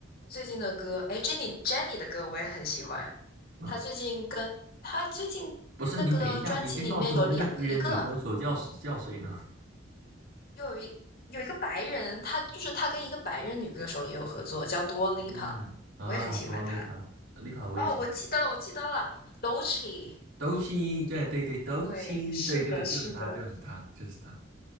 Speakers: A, on the left; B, on the right.
A: 最近的歌，哎，Jennie Jennie 的歌我也很喜欢。
B: 啊，
A: 她最近跟她最近那个专辑里面有两一个，
B: 不是，你等一下，你先告诉我那个黑人女歌手叫叫谁呢？
A: 又有一有一个白人，她就是她跟一个白人女歌手也有合作，叫 Dua Lipa，
B: 嗯，啊，
A: 我也很喜欢她。
B: 多丽卡，丽卡我也喜欢。
A: 哦，我记得了，我记得了 d o e c h i
B: 斗气，对对对，斗气，
A: 对，是的，
B: 对对，就是他，
A: 是的
B: 就是他，就是他。